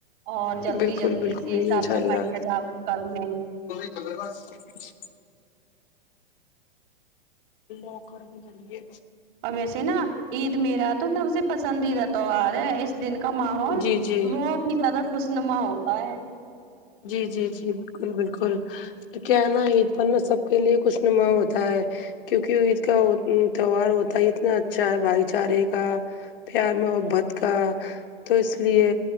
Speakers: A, on the right; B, on the left.
A: اور جلدی
B: بالکل
A: جلدی
B: بالکل
A: سے صاف
B: انشاء
A: صفائی
B: اللہ
A: سجاوٹ کرنے
B: <unintelligible> لوکر میں چلیے
A: اور ویسے نا عید میرا تو سب سے پسندیدہ تہوار ہے اس دن کا ماحول
B: جی جی
A: بہت ہی زیادہ خوشنما ہوتا ہے
B: جی جی جی جی بالکل بالکل کیونکہ نا عید پن میں سب کے لیے خو شنما ہوتا ہے کیونکہ عید کا تہوار ہوتا ہے اتنا اچھا ہے بھائی چارے کا پیار محبت کا تو اس لیے